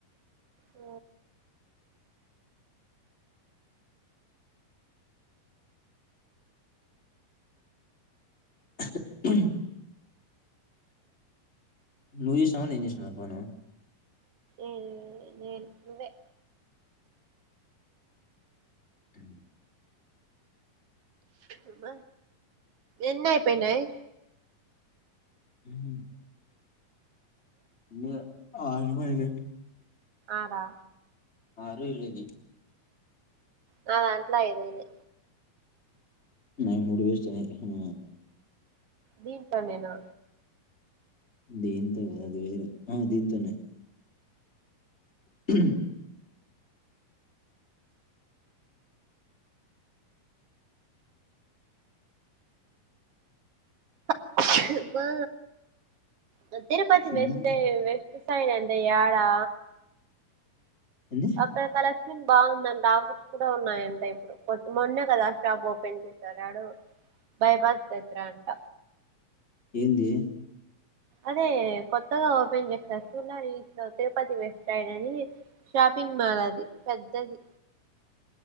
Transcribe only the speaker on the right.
ఆ
ఏ నేన్ నువ్వే
అమ ఎన్నపనాయ్
ఆదా
నా దాంట్ల ఐదోది
దీంట్లనేేనా
అమ్మా ద తిరుపతి
వెస్టే వెస్ ఉంటాయండి యాడా
అక్కడ కల బాగుందంటడి ఆఫర్స్ కూడా ఉన్నాయంట ఇప్పుడు కొ మొన్నే కదా షాప్ ఓపెన్ చేశారడు బైపాస్ దగ్గర అంట
అదే కొత్తగా ఓపెన్ చేస్తారు స్తుూలాట్లో <inaudible> తిరుపతి వెస్టైడ్ అని షాపింగ్ మాల్ అది పెద్దది